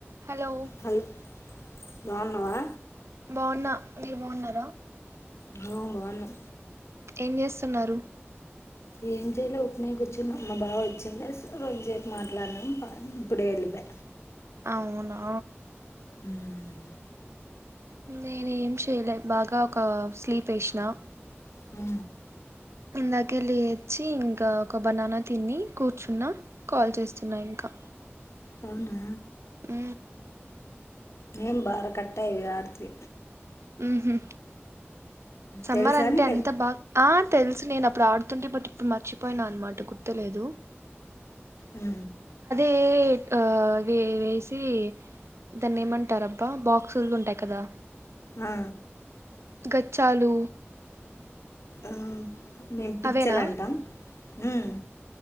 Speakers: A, on the right; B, on the left.
A: Hello
B: hello బాగున్నావా
A: బాగున్నా మీరు బాగున్నారా
B: ఆ బాగున్నాం
A: ఏం చేస్తున్నారు
B: ఏం చేయలే ఊకినే కూర్చున్నాం మా బావా వచ్చిండా రొంసేపు మాట్లాడినాం ప ఇప్పుడే వెళ్ళిపా
A: అవునా
B: మ్మ్.
A: నేన్ ఏం చెయలే బాగా ఒక స్లీప్ ఎసినా
B: హు
A: మ్ ఇందాకే లేచి ఇంకా ఒక బనానా తిని కూర్చున్న కాల్ చేస్తున్నా ఇంకా
B: అవునా
A: ఊ
B: మేము భార కట్ట ఇగ అడితి
A: ఉహు సమ్మర్
B: తెలుసా
A: అంటే
B: నీకది
A: అంత బాగా ఆ తెలుసు నేను ఆప్పుడు ఆడుతుంటి బట్ ఇప్పుడు మర్చిపోయినా అనమాట గుర్తులేదు
B: ఊ
A: ఎట్ ఆ అవి వేసి దాన్ని ఏమంటారూ అబ్బా బాక్సులు ఉంటాయి కదా
B: ఆ
A: గచ్చాలు
B: ఆ మేము పిచ్చల్
A: అవేనా
B: అంటాం మ్